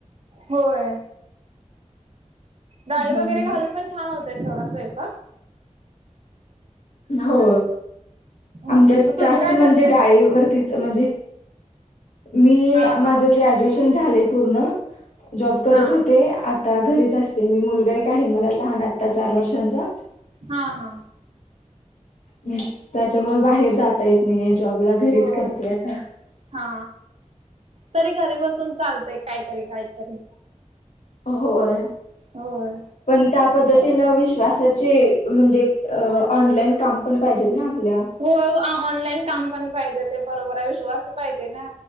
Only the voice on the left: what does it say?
हम्म
हो
आमच्यात
जास्त
म्हणजे
डाळीवररतीच म्हणजे मी
माझ
ग्रॅज्युएशन झाले पूर्ण जॉब करत
होते आता घरीच असते मी मुलगा एक आहे मला लहान आत्ता चार वर्षांचा
म् त्याच्यामुळे बाहेर जाता येत नाही का जॉबला घरीच
करते आता
अ होय
पण त्या पद्धतीनं विश्वासाचे म्हणजे ऑनलाईन काम पण पाहिजेत ना आपल्या